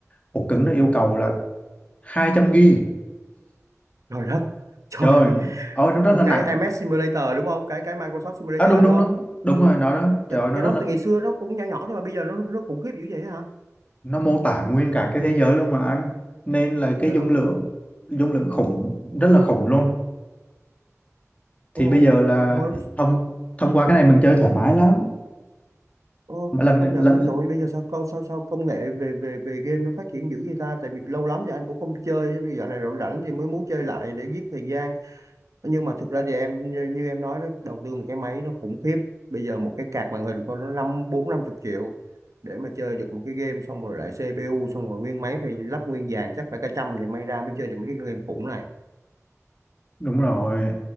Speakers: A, on the left; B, on the right.
A: ổ cứng nó yêu cầu là 200 gi
B: trời đất trời
A: trời
B: ơi
A: ơi ôi, nó
B: ở
A: rất là nặng
B: cái MS Simulator đúng không cái cái Microsoft Simulator
A: à, đúng đúng
B: đúng không
A: đúng đúng rồi nó đó trời
B: cái,
A: ơi nó
B: cái
A: rất
B: đó
A: là
B: từ ngày xưa nó cũng nhỏ nhỏ thôi mà bây giờ nó nó khủng khiếp dữ vậy hả
A: nó mô tả nguyên cả cái thế giới luôn mà anh nên là cái
B: trời
A: dung
B: đất ơi
A: lượng dung lượng khủng rất là khủng luôn thì
B: ô
A: bây giờ là
B: trời ơi,
A: thông thông qua cái này mình chơi thoải mái lắm
B: ô,
A: mà
B: thì
A: lần
B: công nhận
A: lần
B: đó trời ơi, bây giờ sao co- sao sao công nghệ về về về game nó phát triển dữ vậy ta tại vì lâu lắm thì anh cũng không chơi bây giờ này rảnh rảnh thì mới muốn chơi lại để giết thời gian nhưng mà thực ra thì em như, như em nói đó đầu tư một cái máy nó khủng khiếp bây giờ một cái card màn hình con nó năm bốn năm chục triệu để mà chơi được một cái game xong rồi lại CPU xong rồi nguyên máy phải lắp nguyên dàn chắc phải cả trăm thì may ra mới chơi được mấy cái game khủng này
A: Đúng rồi.